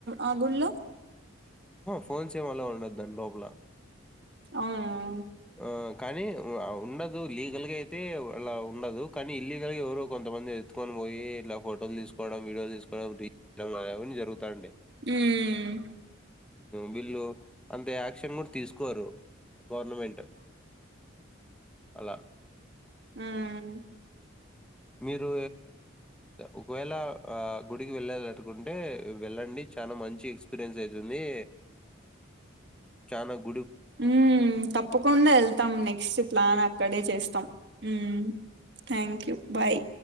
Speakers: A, on the right; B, in the centre.
A: ఆ గుళ్ళో
B: ఫోన్స్ ఏమలో ఉండదు దాని లోపల
A: అవున
B: ఆహ్, కానీ ఉండదు లీగల్ గా అయితే అలా ఉండదు కానీ ఇల్లీగల్ గా ఎవరో కొంతమంది ఎత్తుకోని పొయ్యి ఇట్లా ఫోటోలు తీసుకోవడం వీడియోలు తీసుకోవడం రీ అవని జరుగుతాంటయి
A: మ్మ్
B: వీళ్ళు అంత యాక్షన్ గుడ తీసుకోరు గవర్నమెంట్ అలా
A: ఉమ్
B: మీరు ఒకవేళ ఆ గుడికి వెళ్ళాలట్టుకుంటే వెళ్ళం మీకు చాలా మంచి ఎక్స్పీరియన్స్ అయితుంది చాలా
A: మ్మ్ తప్పకుండా వెళ్తాం నెక్స్ట్ ప్లాన్ అక్కడే చేస్తాం మ్మ్ థ్యాంక్ యూ బాయ్